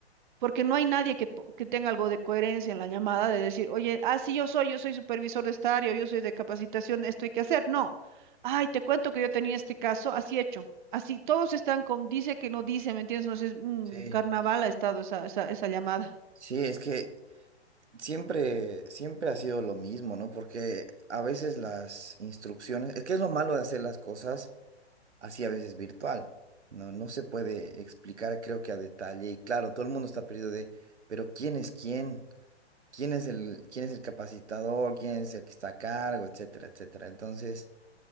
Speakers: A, on the right; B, on the right.
A: porque no hay nadie que, po- que tenga algo de coherencia en la llamada de decir, oye, ah, sí, yo soy, yo soy supervisor de esta área, o yo soy de capacitación, esto hay que hacer. No. Ay, te cuento que yo tenía este caso, así hecho. Así, todos están con dice que no dice, ¿me entiendes? No sé, es un
B: sí,
A: carnaval ha estado esa, esa, esa llamada.
B: sí, es que siempre, siempre ha sido lo mismo, ¿no? Porque a veces las instrucciones, es que es lo malo de hacer las cosas así a veces virtual, ¿no? No se puede explicar, creo que a detalle, y claro, todo el mundo está perdido de, pero ¿quién es quién? ¿Quién es el, quién es el capacitador? ¿Quién es el que está a cargo? Etcétera, etcétera. Entonces,